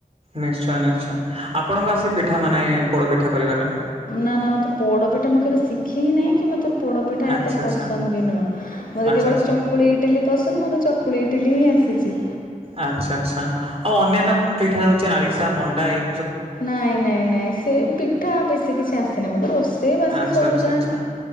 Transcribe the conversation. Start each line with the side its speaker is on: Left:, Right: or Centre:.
Right: ନିଶ୍ଚୟ ନିଶ୍ଚୟ ଆପଣଙ୍କୁ ଆସି ପିଠା ମାନେ ପୋଡ଼ପିଠା କରିବାର
Left: ନା ନା ମତେ ପୋଡପିଠା ମୁଁ କେବେ ଶିଖି ନାହିଁ କି ମତେ ପୋଡ଼ପି ପିଠା
Right: ଆଚ୍ଛା
Left: ଏତେ
Right: ଆଚ୍ଛା
Left: ପସନ୍ଦ ବି ନୁହଁ ମୋତେ
Right: ଆଚ୍ଛା
Left: କେବଳ
Right: ଆଚ୍ଛା
Left: ଚକୁଳି ଚକୁଳି ଇଟିଲି ପସନ୍ଦ ମୋତେ ଚକୁଳି ଇଟିଲି ହିଁ ଆସିଛି।
Right: ଆଚ୍ଛା ଚ୍ଛା ଆଉ ଅନ୍ୟାନ୍ୟ ପିଠା ହେଉଛି ଆରିସା ମଣ୍ଡା ଏ
Left: ନାଇଁ ନାଇଁ ନାଇଁ ସେ ପିଠା ବେଶୀ କିଛି ଆସିନି ମତେ ରୋଷେଇ ବାସ
Right: ଆଚ୍ଛା
Left: ସବୁ
Right: ଆଚ୍ଛା
Left: ଯାହା
Right: ଆଚ୍ଛା